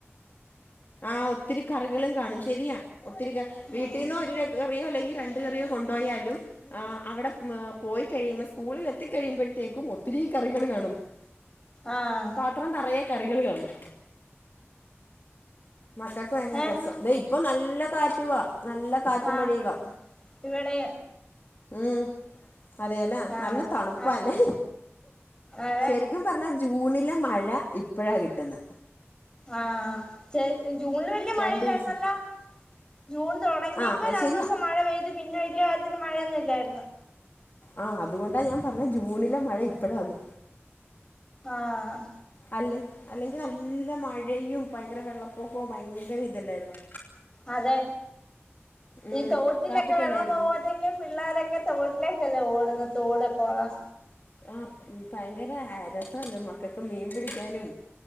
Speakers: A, on the left (about 45°); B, on the left (about 15°).
A: ആഹ് ഒത്തിരി കറികളും കാണും ശെരിയാ ഒത്തിരി ക വീട്ടിന്ന്
B: ഉം
A: ഒരു ര രുകറിയോ അല്ലെങ്കി രണ്ട് കറിയോ കൊണ്ടൊയാലും ആഹ് അവ്ടെ മ് പോയി കഴിയുമ്പോ സ്കൂളിൽ എത്തിക്കഴിയുമ്പഴ്ത്തേക്കും ഒത്തിരീം കറികൾ കാണും. <inaudible>
B: ആഹ്
A: പാത്രം നറയെ കറികള് കാണും. മക്കക്ക് ഭയങ്കര
B: ഏഹ്
A: രസം ദെ ഇപ്പൊ നല്ല കാറ്റുവാ നല്ല കാറ്റും
B: ആഹ്
A: മഴയുവാ
B: ഇവിടെ
A: ഉം അതെന്നാ
B: ആഹ്
A: നല്ല തണുപ്പാല്ലേ
B: ആഹ് അതെ
A: ശെരി ക്കും പറഞ്ഞാ ജൂണിലെ മഴ ഇപ്പഴാ കിട്ടുന്നെ.
B: ആഹ് ജെ ജ ജൂണില് വല്യ മഴയില്ലായിരുന്നല്ലോ
A: രണ്ട് ദിവസം
B: ജൂൺ തൊടങ്ങീപ്പ
A: ആ അത്
B: രണ്ടുസം
A: ശരിയാ
B: മഴ പെയ് ത് പിന്നെ വല്യ അതിന് മഴയൊന്നുല്ലാരുന്നു
A: ആഹ് അതുകൊണ്ടാ ഞാൻ പറഞ്ഞെ ജൂണിലെ മഴ ഇപ്പഴാന്ന്.
B: ആഹ്
A: അല്ലെ അല്ലെങ്കി നല്ല മഴയും ഭയങ്കര വെള്ളപ്പൊക്കോം ഭയങ്കര ഇതല്ലാരുന്നോ.
B: അതെ
A: ഉം
B: ഈ തോട്ടിലൊക്കെ
A: കാപ്പിക്ക്
B: വെള്ളം
A: എന്നായിരുന്നു
B: പൊങ്ങുമ്പത്തേ ക്കെ പിള്ളാരൊക്കെ തോട്ടിലേക്കല്ലേ ഓടുന്ന തോട് കൊളം
A: ആഹ് ഭയങ്കര അ രസല്ലെ മക്കക്ക് മീൻ പിടിക്കാനും